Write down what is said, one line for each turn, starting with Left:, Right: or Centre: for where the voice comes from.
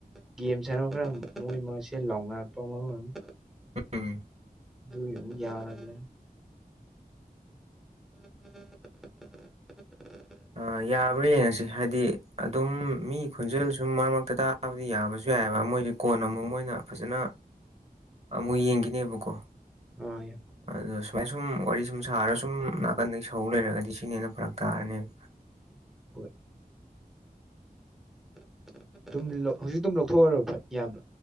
Centre: ꯒꯦꯝ ꯁꯥꯟꯅꯕ ꯈꯔ ꯃꯣꯏ ꯃꯣꯏꯁꯦ ꯂꯥꯎꯅꯔꯛꯄ ꯃꯔ ꯑꯣꯏꯔ
Right: ꯎꯝ
Centre: ꯑꯗꯨꯏ ꯌꯥꯔꯒꯦ <unintelligible>
Right: ꯑ ꯌꯥ ꯍꯨꯔꯦꯟꯌꯦꯡꯉꯁꯤ ꯍꯥꯏꯗꯤ ꯑꯗꯨꯝ ꯃꯤ ꯈꯨꯟꯖꯦꯜ ꯁꯨꯝ ꯃꯔꯛ ꯃꯔꯛꯇ ꯇꯥꯕꯗꯤ ꯌꯥꯕꯁꯨ ꯌꯥꯏꯑꯕ ꯃꯣꯏꯗꯤ ꯀꯣꯟꯅ ꯑꯃꯨꯛ ꯃꯣꯏꯅ ꯐꯖꯅ ꯑꯃꯨꯛ ꯌꯦꯡꯒꯤꯅꯦꯕꯀꯣ
Centre: <unintelligible>
Right: ꯑꯗꯨꯗ ꯁꯨꯃꯥꯏ ꯁꯨꯝ ꯋꯥꯔꯤ ꯁꯨꯝ ꯁꯥꯔꯒ ꯁꯨꯝ ꯅꯥꯀꯟꯗꯒꯤ ꯁꯧ ꯂꯩꯔꯒꯗꯤ ꯁꯤꯅ ꯍꯦꯟꯅ ꯐꯔꯛ ꯇꯥꯔꯅꯦꯕ
Centre: ꯍꯣꯏ <unintelligible> ꯍꯧꯖꯤꯛ ꯑꯗꯨꯝ ꯂꯧꯊꯣꯛ ꯑ‌ꯣ ꯍꯥꯏꯔꯣ ꯐꯠ ꯏꯌꯥꯝꯕ